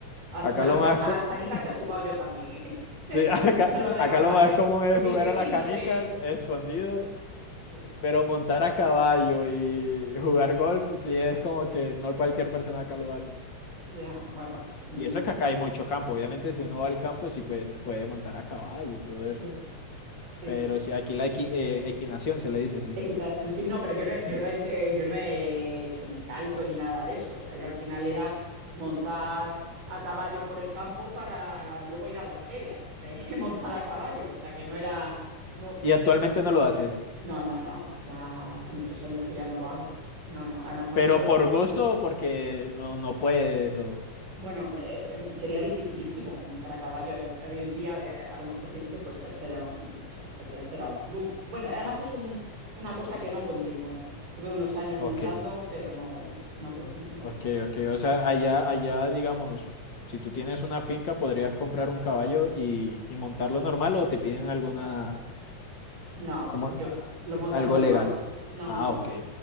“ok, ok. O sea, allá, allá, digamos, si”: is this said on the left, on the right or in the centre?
Left